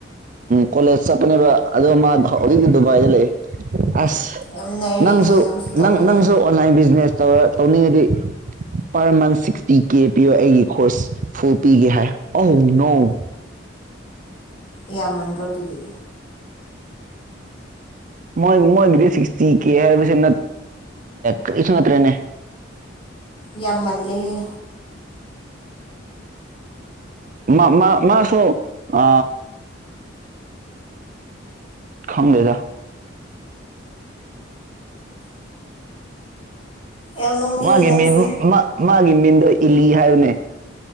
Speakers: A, on the right; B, on the left.
A: ꯀꯣꯂꯦꯖ ꯆꯠꯄꯅꯦꯕ ꯑꯗ ꯃꯥ ꯍꯧꯖꯤꯛꯇꯛꯇꯤ ꯗꯨꯕꯥꯏꯗ ꯂꯩ ꯑꯁ
B: ꯌꯥꯝ ꯅꯩꯔꯦꯅꯦ
A: ꯅꯪꯁꯨ
B: ꯇꯧꯑꯣꯅꯦ
A: ꯅꯪ ꯅꯪꯁꯨ ꯑꯣꯟꯂꯥꯏꯟ ꯕꯤꯖꯤꯅꯦꯁ ꯇꯧꯔ ꯇꯧꯅꯤꯡꯉꯗꯤ ꯄꯔ ꯃꯟ ꯁꯤꯛꯁꯇꯤ ꯀꯦ ꯄꯤꯌꯣ ꯑꯩꯒꯤ ꯈꯁ ꯐꯨ ꯄꯤꯒꯦ ꯍꯥꯏ ꯑ ꯅꯧ
B: ꯏꯃꯟꯗ꯭ꯔꯣ ꯑꯗꯨꯗꯤ
A: ꯣꯏ ꯃꯣꯏꯒꯤꯗꯤ ꯁꯤꯛꯁꯇꯤ ꯀꯦ ꯍꯥꯏꯕꯁꯦ ꯀꯔꯤꯁꯨ ꯅꯠꯇ꯭ꯔꯦꯅꯦ
B: ꯌꯥꯝꯃꯜꯂꯦꯍꯦ
A: ꯃꯥ ꯃꯥ ꯃꯥ ꯃꯥꯁꯨ ꯑ ꯈꯪꯗꯦꯗ
B: ꯌꯥꯝ ꯅꯣꯛꯅꯤꯡꯉꯤ
A: ꯃꯥꯒꯤ
B: ꯅꯪꯁꯦ
A: ꯃꯤꯟ ꯃꯥꯒꯤ ꯃꯤꯟꯗꯣ ꯏꯂꯤ ꯍꯥꯏꯕꯅꯦ